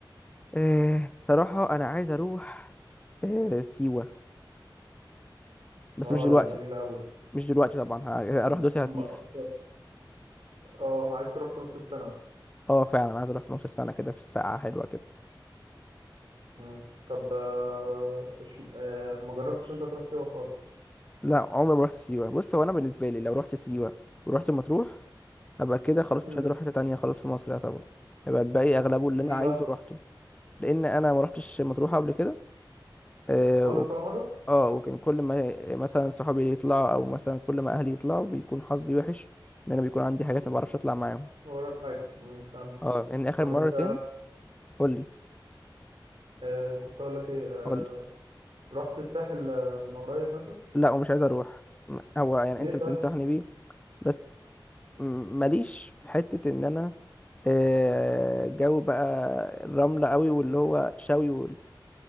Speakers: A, on the left (about 15°); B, on the right (about 85°).
A: آه صراحة أنا عايز أروح آه سيوة بس
B: اه
A: مش دلوقتي
B: لا جميلة قوي دي
A: مش دلوقتي طبعا ه-
B: أم...
A: هروح دلوقتي
B: أم-
A: هسيح
B: اه عايز تروح في نص السنة مثلا
A: اه فعلا عايز أروح في نص السنة كده في الساعة حلوة كده
B: امم طب آه، إش... آه، ما جربتش انت تروح سيوة خالص
A: لا عمري ما رحت سيوة بص هو أنا بالنسبة لي لو رحت سيوة ورحت مطروح هبقى كده خلاص
B: امم
A: مش عايز أروح حتة تانية خلاص في مصر يعتبر هيبقى الباقي أغلبه اللي
B: ليه
A: أنا عايزه
B: بقى
A: روحته لأن أنا ما رحتش مطروح قبل كده آه
B: خالص
A: وك...
B: ولا مرة
A: اه وكان كل ما مثلا صحابي يطلعوا أو مثلا كل ما أهلي يطلعوا بيكون حظي وحش إن أنا بيكون عندي حاجات ما بعرفش أطلع معاهم
B: ما وراك حاجة امم فهمت
A: اه يعني آخر
B: طب
A: مرتين
B: انت
A: قول لي
B: آه كنت اقول لك ايه آه
A: قول لي
B: رحت الساحل آه، من قريب مثلا
A: لا ومش عايز اروح م- هو يعني
B: ليه
A: انت
B: طيب
A: بتنصحني بيه بس م- ماليش في حتة ان انا آه، جو بقى الرملة قوي واللي هو شوي وال...